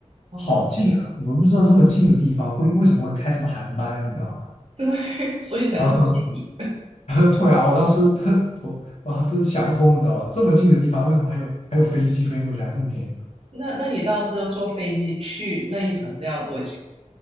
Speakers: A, on the right; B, on the left.
A: 哦，
B: 好近啊！我不知道这么近的地方会为什么会开什么航班，你知道吧？
A: 对，<laughs> 所以才这么便宜。
B: 然后说，<laughs> 然后对啊，我当时 <laughs> 他头啊都想不通，你知道吧？这么近的地方为什么还有还有飞机飞过去啊，还这么便
A: 那那你到时候坐飞机去那一程是要多久？